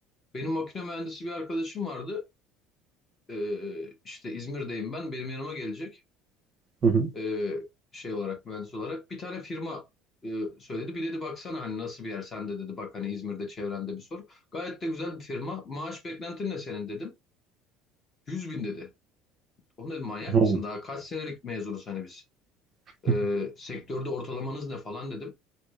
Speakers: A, on the left; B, on the right.
A: benim makine mühendisi bir arkadaşım vardı. E, işte İzmir'deyim ben. Benim yanıma gelecek.
B: Hı hı.
A: e, şey olarak mühendis olarak bir tane firma e, söyledi. Bir dedi baksana hani nasıl bir yer sen de dedi bak hani İzmir'de çevrende bir sor. Gayet de güzel bir firma. Maaş beklentin ne senin dedim. 100 bin dedi. Oğlum dedim manyak
B: Oo.
A: mısın? Daha kaç senelik mezunuz hani biz.
B: <laughs>
A: E, sektörde ortalamanız ne falan dedim.